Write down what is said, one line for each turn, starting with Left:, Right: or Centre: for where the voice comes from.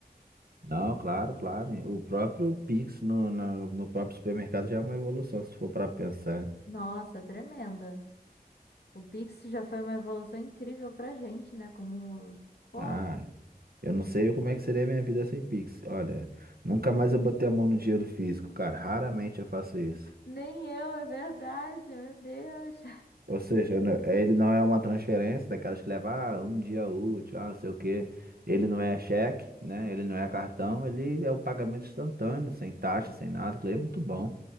Right: Não, claro, claro. O próprio Pix no, na- no próprio supermercado já é uma evolução, se for para pensar.
Left: Nossa, tremenda. O Pix já foi uma evolução incrível pra gente, né? Como, pô,
Right: Ah, eu não sei como é que seria a minha vida sem Pix. Olha, nunca mais eu botei a mão no dinheiro físico, cara. Raramente eu faço isso.
Left: nem eu, é verdade, meu Deus.
Right: Ou seja, eu ele não é uma transferência daquelas que leva ah, um dia útil, ah, não sei o quê. Ele não é cheque, né? Ele não é cartão, ele é o pagamento instantâneo, sem taxa, sem nada. Aquilo é muito bom.